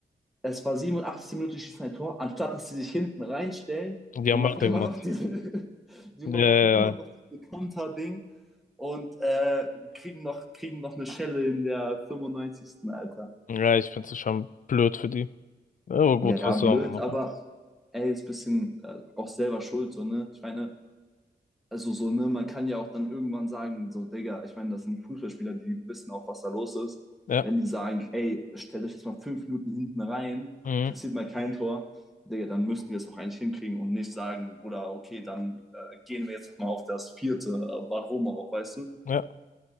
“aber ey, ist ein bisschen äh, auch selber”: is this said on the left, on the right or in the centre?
Centre